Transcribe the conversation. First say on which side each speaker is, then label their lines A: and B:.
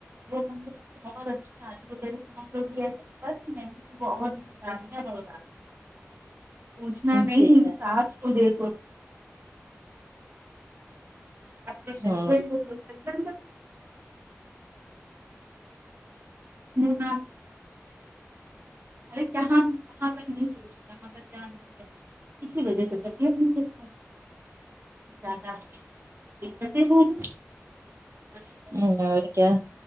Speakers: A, on the right (about 45°); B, on the right (about 90°).
A: وہ ہم لوگ بہت اچھی شادی ہو جی کہ ہم لوگ بھی ایسے نہیں <unintelligible> بہت گانیاں ب پوچھنا نہیں
B: جی
A: ساس <unintelligible> د فبڈ
B: اور
A: <unintelligible> <unintelligible> ارے کہاں کہاں تک نہیں سوچے کہاں تک کیا اسی وجہ سے تکلیف نہیں سکتی داداتے بول <unintelligible>
B: ہمم اور کیا